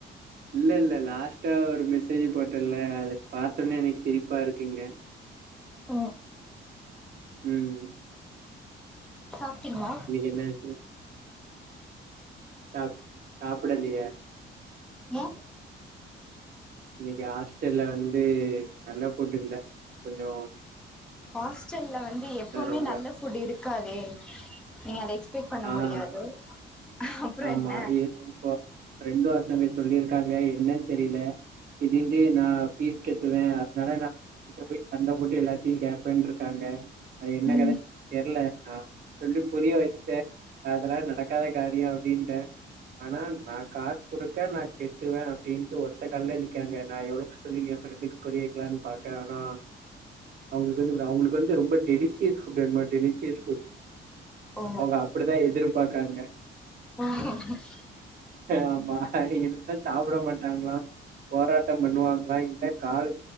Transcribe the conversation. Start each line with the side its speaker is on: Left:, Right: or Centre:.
Right: இல்ல இல்ல லாஸ்ட்டா ஒரு மெசேஜ் போட்டல அத பாத்தோனே எனக்கு சிரிப்பா இருக்குங்க
Centre: ஓ
Right: ம்
Centre: சாப்ட்டீங்களா
Right: என்ன இப்டி சா சாப்பிடலையா
Centre: ஏ
Right: இன்னைக்கு ஹாஸ்டல்ல வந்து நல்ல ஃபுட் இல்ல கொஞ்ஜோ
Centre: ஹாஸ்டல்ல வந்து எப்பவுமே
Right: ரொம்ப
Centre: நல்ல ஃபுட் இருக்காதே நீங்க அத எக்ஸ்பெக்ட் பண்ண
Right: ஆ
Centre: முடியாது அப்புறோ
Right: ஆமா
Centre: என்ன
Right: இப்போ ப்ரெண்டு ஒருத்தவங்க சொல்லியிருக்காங்க என்னன்னு தெரியல இதுந்து நா பீஸ் கட்டுவே அதனால நா வீட்ல போய் சண்ட போட்டு எல்லாத்தையு கேப்பேன்ருக்காங்க அது என்ன
Centre: ம்
Right: கதைன்னு தெரில நா சொல்லி புரிய வச்சுட்டே அதெல்லா நடக்காத காரிய நிண்ட ஆனா நா காசு குடுக்க நா கெட்டுவே அப்டின்ட்டு ஒத்த கால்ல நிக்கிறங்க நா எவ்ள சொல்லுங்க ஏப்ரெண்டுக்கு புரியக்கலான்னு பாக்கே ஆனா அவங்களுக்கு வந்து அவங்களுக்கு வந்து ரொம்ப டெலிசீயஸ் ஃபுட்டு டெலிசியஸ் ஃபுட்
Centre: ஓ
Right: அவங்க அப்படிதா எதிர்பாக்காங்க
Centre: <inaudible>
Right: ஆமா இல்லன்னா சாப்பட மாட்டாங்களா போராட்டம் பண்ணுவாங்களா இல்ல கால்